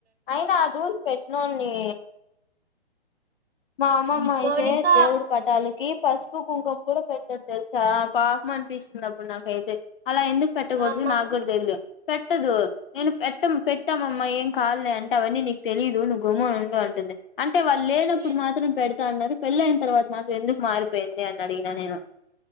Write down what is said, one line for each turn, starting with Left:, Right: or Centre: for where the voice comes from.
Left: అయినా ఆ రూల్స్ పెట్నోడిని మా అమ్మమ్మ అయితే
Right: మౌనిక
Left: దేవుడి పట్టాలకి పసుపు కుంకుం కూడా పెట్టదు తెలుసా పాపం అనిపిస్తుంది అప్పుడు నాకైతే అలా ఎందుకు పెట్టకూడదు
Right: మా అమ్మ
Left: నాకు కూడా తెలదు పెట్టదు నేను పెట్ట పెట్టామమ్మా ఏం కాదులే అంటే అవన్నీ నీకు తెలీదు నువ్వు గమునుండు అంటుంది అంటే వాళ్ళు లే ఇప్పుడు
Right: నేను
Left: మాత్రం పెడ అన్నారు పెళ్ళైన తర్వాత మాత్రం ఎందుకు మారిపోయింది అన్నాడు ఈన నేను